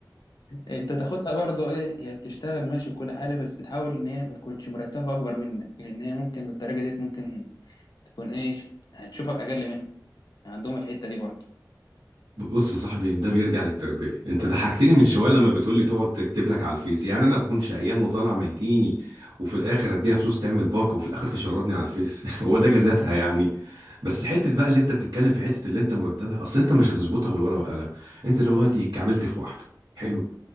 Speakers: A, on the left; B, on the right.
A: انت تاخدها برضه ايه هي بتشتغل ماشي بكل حاجة بس تحاول ان هي ما تكونش مرتبة اكبر منك لان هي ممكن بالطريقة ديت ممكن تكون ايه هتشوفك اقل منها عندهم الحتة دي برضه
B: بص يا صاحبي ده بيرجع للتربية انت ضحكتني من شوية لما بتقولي تقعد تكتب لك على الفيس يعني انا بكون شقيان وطالع ميتيني وفي الاخر اديها فلوس تعمل باقة وفي الاخر تشردني على الفيس <laughs> هو ده جزاتها يعني بس حتة بقى اللي انت بتتكلم في حتة اللي انت مرتبها اصل انت مش هتظبطها بالورقة والقلم انت دلوقتي اتكعبلت في واحدة حلو